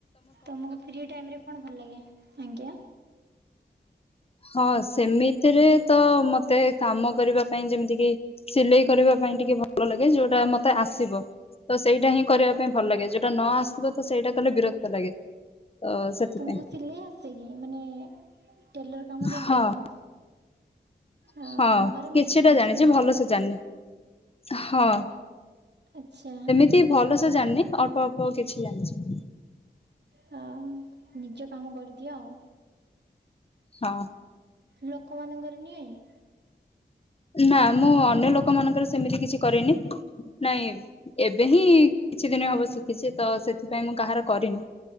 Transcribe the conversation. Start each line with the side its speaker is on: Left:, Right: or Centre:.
Right: ତମକୁ ଫ୍ରି ଟାଇମ୍ରେ କଣ ଭଲ ଲାଗେ ଆଜ୍ଞା।
Left: ହଁ ସେମିତିରେ ତ ମତେ କାମ କରିବା ପାଇଁ ଯେମିତି କି ସିଲେଇ କରିବା ପାଇଁ ଟିକେ ଭଲ ଲାଗେ ଯୋଉଟା ମତେ ଆସିବ। ତ ସେଇଟା ହିଁ କରିବା ପାଇଁ ଭଲ ଲାଗେ ଯୋଉଟା ନ ଆସିବ ତ ସେଇଟା କଲେ ବିରକ୍ତ ଲାଗେ ତ ସେଥିପାଇଁ।
Right: ତମକୁ ସିଲେଇ ଆସେ କି ମାନେ ଟେଲର କାମ ଜାଣିଛନ୍ତି?
Left: ହଁ
Right: ଅଁ,
Left: ହଁ
Right: ଘରେ ମେସିନ୍
Left: କିଛିଟା
Right: ଅଛି
Left: ଜାଣିଚି
Right: କି?
Left: ଭଲ ସେ ଜାଣିନି ହଁ।
Right: ଆଚ୍ଛା।
Left: କିଛି ଭଲସେ ଜାଣିନି ଅଳ୍ପ ଅଳ୍ପ କିଛି ଜାଣିଚି।
Right: ହଁ ନିଜ କାମ କରିଦିଅ ଆଉ।
Left: ହଁ
Right: ଲୋକମାନଙ୍କର ନିଏନି।
Left: ନା ମୁଁ ଅନ୍ୟ ଲୋକ ମାନଙ୍କର ସେମିତି କିଛି କରିନି। ନାଇଁ ଏବେ ହିଁ କିଛି ଦିନ ହବ ଶିଖିଛି ତ ସେଥିପାଇଁ ମୁଁ କାହାର କରିନି।